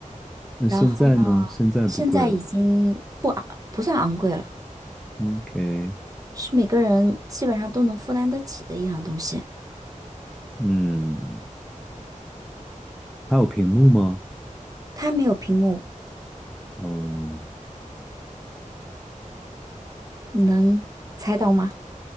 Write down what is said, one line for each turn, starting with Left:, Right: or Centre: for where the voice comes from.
Centre: 那现在呢？
Right: 然后呢，
Centre: 现在不贵了。
Right: 现在已经不昂，不算昂贵了。
Centre: OK，
Right: 是每个人基本上都能负担得起的一样东西。
Centre: 嗯，它有屏幕吗？
Right: 它没有屏幕，
Centre: 嗯，
Right: 你能猜到吗？